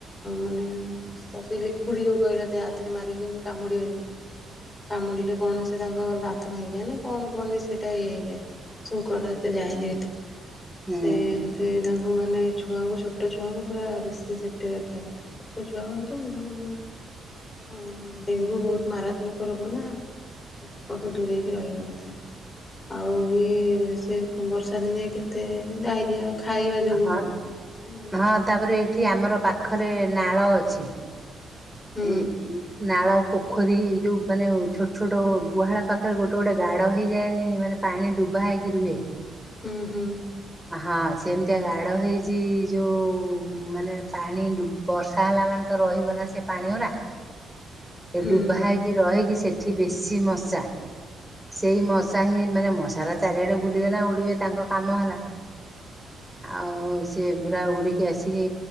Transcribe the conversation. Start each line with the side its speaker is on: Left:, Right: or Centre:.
Left: ମାନେ ମସ୍ ସେ ଲିଇଡ ଯୋଉ କହିଲା ଦେହ ହାତରେ ମାରିକି ଯେମିତି କାମୁଡିବେନି। କାମୁଡ଼ିଲେ କଣ ସେ ତାଙ୍କ ଦାନ୍ତ ଭାଙ୍ଗିଯାଏ ନା କଣ କୁହନ୍ତି ସେଇଟା ଇଏ ହେଇଯାଏ। ସୁଙ୍କଟା ଏତେ ଯାଏନି ଏତେ
Centre: ହୁଁ
Left: ସେ ଏମିତି ତା ଆଉ ମାନେ ଛୁଆଙ୍କୁ ଛୋଟ ଛୁଆଙ୍କୁ ପୁରା ବେଶୀ ସେଫ୍ଟିରେ ରଖିବା କଥା। ଛୋଟ ଛୁଆ ହୁଅନ୍ତୁ ବୁଢା ବୁଢ଼ୀ ହୁଅନ୍ତୁ ହଁ ଡେଙ୍ଗୁ ବହୁତ ମାରାତ୍ମକ ରୋଗ ନା। ତାକ ଠୁ ଦୂରେଇକି ରହିବା କଥା। ଆଉ ବି ସେ ବର୍ଷା ଦିନେ କେତେ ଡାଇରିଆ। ଖାଇବା ଯୋଗୁଁ
Centre: ହଁ
Left: ମାନେ
Centre: ହଁ ତାପରେ ଏଇଠି ଆମର ପାଖରେ ନାଳ ଅଛି।
Left: ହୁଁ
Centre: ଏ ନାଳ ପୋ ଖରି ଏ ଯେଉଁ ମାନେ ଛୋଟ ଛୋଟ ଗୁହାଳ ପାଖରେ ଗୋଟେ ଗୋଟେ ଗାଡ଼ ହେଇଯାଏନି ମାନେ ପାଣି ଡୁବା ହେଇକି ରୁହେ।
Left: ହୁଁ ହୁଁ।
Centre: ହଁ ସେମିତିଆ ଗାଡ଼ ହେଇଛି ଯୋଉ ମାନେ ପାଣି ଡୁ ବର୍ଷା ହେଲା ମାନେ ତ ରହିବ ନା ସେ ପାଣି ଉରା ଏ
Left: ହୁଁ।
Centre: ଡୁବା ହେଇ କି ରହକି ସେଠି ବେଶୀ ମଶା। ସେଇ ମଶା ହିଁ ମାନେ ମଶାର ଚାରିଆଡେ ବୁଲିବେ ନା ଉଡିବେ ତାଙ୍କ କାମ ହେଲା।
Left: ହ।
Centre: ଆଉ ସେ ସେ ପୁରା ଉଡ଼ିକି ଆସିକି